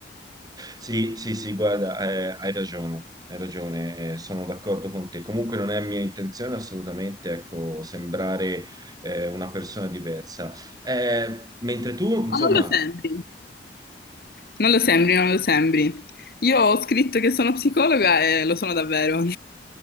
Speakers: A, on the right (about 20°); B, on the left (about 55°).
A: Sì, sì, sì, guarda, eh, hai ragione, hai ragione, eh, sono d'accordo con te. Comunque non è mia intenzione assolutamente, ecco, sembrare eh, una persona diversa. Eh, mentre tu, insomma,
B: non lo sembri. Non lo sembri, non lo sembri. Io ho scritto che sono psicologa e lo sono davvero.